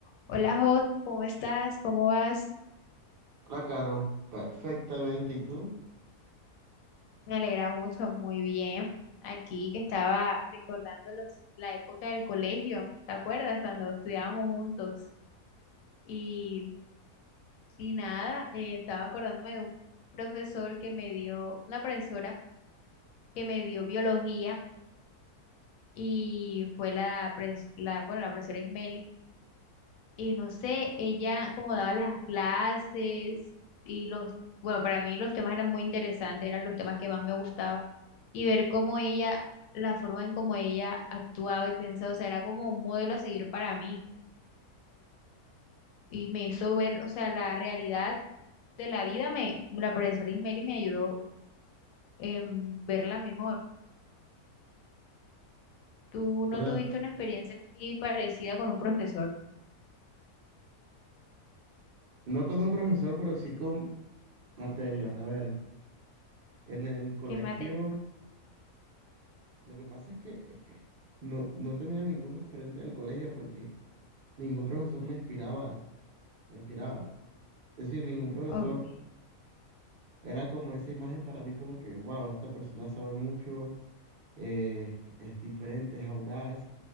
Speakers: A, on the left; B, on the right.
A: Hola, Jos, ¿cómo estás? ¿Cómo vas?
B: La Caro, perfectamente. ¿Y tú?
A: Me alegra mucho, muy bien. Aquí que estaba recordando los- la época del colegio, ¿te acuerdas? Cuando estudiábamos juntos. Y, y nada, eh, estaba acordándome de un profesor que me dio, una profesora que me dio biología y fue la, pres- la bueno, la profesora Ismeli y no sé, ella como daba las clases y los, bueno, para mí los temas eran muy interesantes, eran los temas que más me gustaba y ver cómo ella, la forma en cómo ella actuaba y pensaba, o sea, era como un modelo a seguir para mí y me hizo ver, o sea, la realidad de la vida me, la profesora Ismeri me ayudó en verla mejor. ¿Tú no
B: O sea,
A: tuviste una experiencia así parecida con un profesor?
B: no con un profesor, pero sí con materia. A ver, en el colegio,
A: ¿Qué materia?
B: lo que pasa es que eh, no, no tenía ningún referente en el colegio porque ningún profesor me inspiraba, me inspiraba. Es decir, ningún profesor
A: Ok, Sí,
B: era como esa imagen para mí como que, wow, esta persona sabe mucho, eh, es diferente, es audaz,